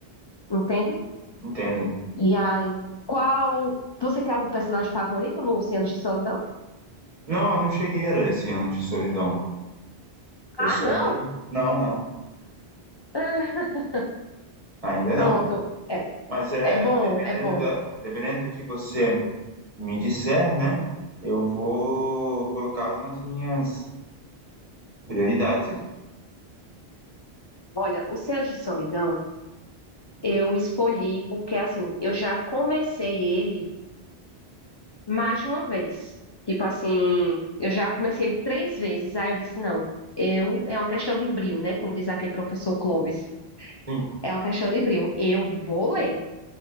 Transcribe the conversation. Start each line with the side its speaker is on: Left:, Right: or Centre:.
Left: entende?
Right: entendo.
Left: E aí, qual... Você tem algum personagem favorito no Cenas de Solidão?
Right: Não, eu não cheguei a ler Cem Anos de Solidão. Eu
Left: Ah,
Right: só
Left: não!
Right: li. Não, não,
Left: <laughs>
Right: ainda
Left: Pronto,
Right: não.
Left: é,
Right: Mas é,
Left: é bom,
Right: dependendo
Left: é bom.
Right: da, dependendo do que você me disser, né? Eu vou colocá-lo nas minhas prioridades aqui.
Left: Olha, o Céus de Solidão eu escolhi porque, assim, eu já comecei ele mais de uma vez. Tipo assim, eu já comecei ele três vezes. Aí eu disse, não, eu, é uma questão de brio, né? Como diz aquele professor Clóvis.
Right: Sim,
Left: É uma questão de brio. Eu vou ler.